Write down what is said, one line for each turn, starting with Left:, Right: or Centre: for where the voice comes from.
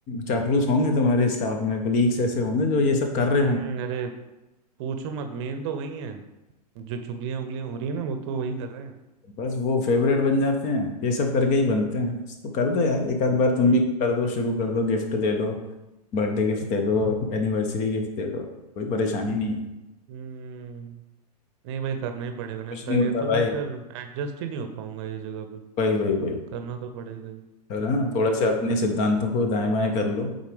Left: चापलूस होंगे तुम्हारे स्टाफ में कलीग्स ऐसे होंगे जो ये सब कर रहे होंगे
Right: हम्म अरे पूछो मत मेन तो वही है जो चुगलियां उंगलियां हो रही है ना वो तो वही कर रहे हैं
Left: बस वो फेवरेट बन जाते हैं ये सब करके ही बनते हैं तो कर दो यार एक आध बार तुम
Right: हम्म
Left: भी कर दो शुरू कर दो गिफ्ट दे दो बर्थडे गिफ्ट दे दो एनिवर्सरी गिफ्ट दे दो कोई परेशानी नहीं है
Right: हम्म नहीं भाई करना ही पड़ेगा नहीं
Left: कुछ
Right: तो
Left: नहीं
Right: नहीं
Left: होता
Right: तो मैं
Left: भाई
Right: फिर एडजस्ट ही नहीं हो पाऊंगा ये जगह पे
Left: भाई भाई भाई
Right: करना तो पड़ेगा ही
Left: है
Right: हम्म
Left: ना थोड़ा सा अपने सिद्धांतों को दाएं बाएं कर लो